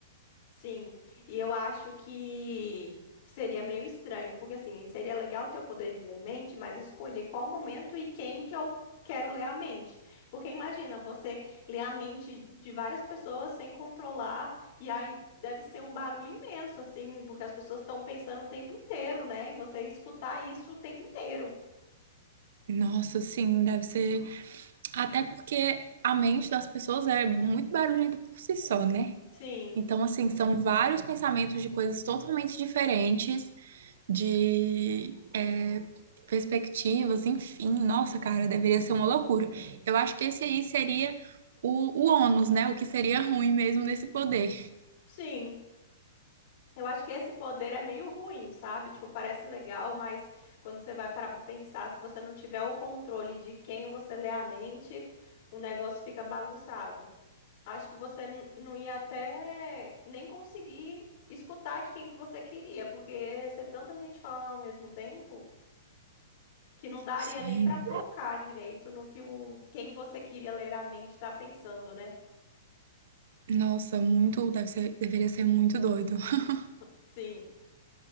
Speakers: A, on the left; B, on the right.
A: Sim, e eu acho que seria meio estranho, porque assim, seria legal ter o poder de ler mente, mas escolher qual momento e quem que eu quero ler a mente. Porque imagina você ler a mente de várias pessoas sem controlar, e aí deve ser um barulho imenso, assim, porque as pessoas estão pensando o tempo inteiro, né? E você escutar isso o tempo inteiro.
B: Nossa, sim, deve ser. Até porque a mente das pessoas é muito barulhenta por si só, né?
A: Sim,
B: Então, assim, são vários pensamentos de coisas totalmente diferentes de é, perspectivas, enfim. Nossa, cara, deveria ser uma loucura. Eu acho que esse aí seria o, o ônus, né? O que seria ruim mesmo nesse poder.
A: sim. Eu acho que esse poder é meio ruim, sabe? Tipo, parece legal, mas quando você vai parar pra pensar, se você não tiver o controle de quem você lê a mente, o negócio fica bagunçado. Acho que você n- não ia até nem conseguir escutar de quem que você queria, porque ia ser tanta gente falando ao mesmo tempo que não daria
B: Sim.
A: nem pra focar direito no que o quem você queria ler a mente tá pensando, né?
B: Nossa, muito, deve ser, deveria ser muito doido. <laughs>
A: Sim.